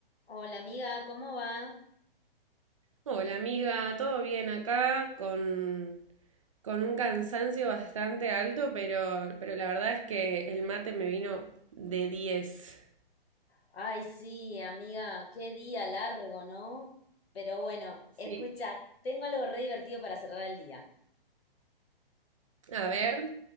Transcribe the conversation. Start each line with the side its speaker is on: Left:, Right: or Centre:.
Left: Hola amiga, ¿cómo va?
Right: Hola amiga, todo bien acá con, con un cansancio bastante alto, pero, pero la verdad es que el mate me vino de diez,
Left: Ay, sí, amiga, qué día largo, ¿no? Pero bueno,
Right: Sí.
Left: escucha, tengo algo re divertido para cerrar el día.
Right: A ver,